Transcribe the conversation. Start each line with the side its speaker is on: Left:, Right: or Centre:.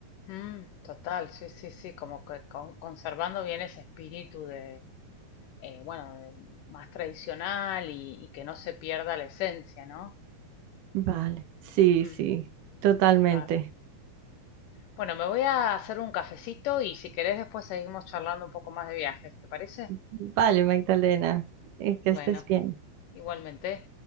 Left: mm, total, sí, sí, sí, como que con- conservando bien ese espíritu de, eh, bueno, de- más tradicional y, y que no se pierda la esencia, ¿no?
Right: Vale, sí,
Left: Mm,
Right: sí, totalmente.
Left: total. Bueno, me voy a hacer un cafecito y si querés después seguimos charlando un poco más de viajes, ¿te parece?
Right: Vale, Magdalena, eh, que
Left: Bueno,
Right: estés bien.
Left: igualmente.